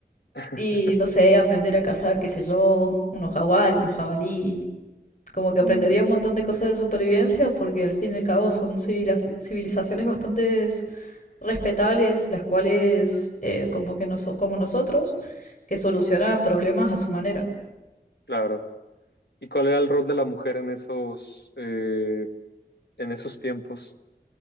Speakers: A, on the left; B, on the left.
A: <laughs>
B: Y no sé, aprender a cazar, qué sé yo, unos jaguares, unos jabalí. Como que aprendería
A: Mm,
B: un montón de cosas de supervivencia porque al fin y al cabo son civiliz- civilizaciones bastante respetables, las cuales, eh, como que noso- como nosotros, que solucionan problemas a su manera.
A: claro. ¿Y cuál era el rol de la mujer en esos, eh, en esos tiempos?